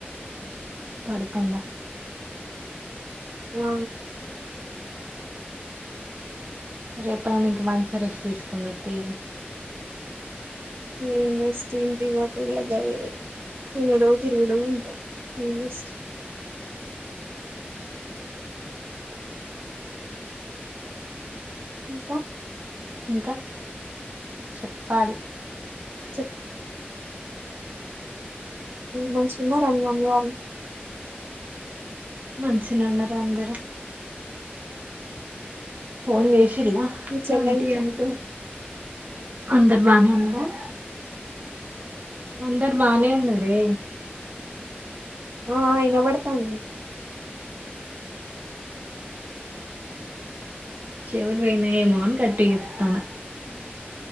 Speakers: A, on the right; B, on the right.
A: పడుకుందా
B: ఆ
A: రేపటి నుండి ఇంక మంచి రెస్ట్ తీసుకుదువు టివి
B: ఎం వేస్ట్ ఇంటికి పోతే కూడా గాదె తినుడు తిరుగుడు ఉట <unintelligible> ఇంకా
A: ఇంకా చెప్పాలి
B: చెప్పు మంచిగా ఉన్నార మీ అమ్మ వాళ్ళు
A: మంచిగా ఉన్నార అందరుూ ఫోన్ చేసి కిల్లా
B: మీ చెల్లె
A: ఆంటీ
B: గిట్ల
A: అంకుల్ అంద బాగానే ఉన్నారా
B: ఆ
A: అందరు బాగానే ఉన్నారే
B: ఆ ఇనబడతాంది
A: చెవులు పోయినా ఏమో అని కట్టి చెప్తాను